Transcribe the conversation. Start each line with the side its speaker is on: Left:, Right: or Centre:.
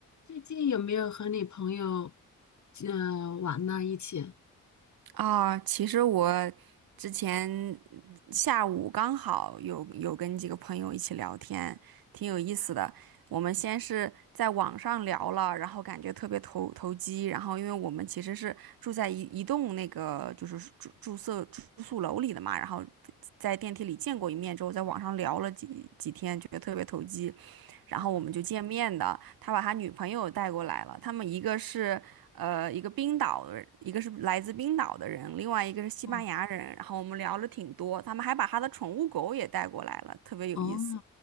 Left: 最近有没有和你朋友呃玩呢？一起？
Right: 啊，其实我之前下午刚好有有跟几个朋友一起聊天，挺有意思的。我们先是在网上聊了，然后感觉特别投投机，然后因为我们其实是住在一一栋那个就是住住宿住宿楼里的嘛，然后在电梯里见过一面之后，在网上聊了几几天，觉得特别投机。然后我们就见面的。
Left: 哦
Right: 他把他女朋友带过来了，他们一个是呃一个冰岛的人一个是来自冰岛的人，另外一个是西班牙人。
Left: 哦
Right: 然后我们聊了挺多，他们还把他的宠物狗也带过来了，特别有意思。
Left: 哦，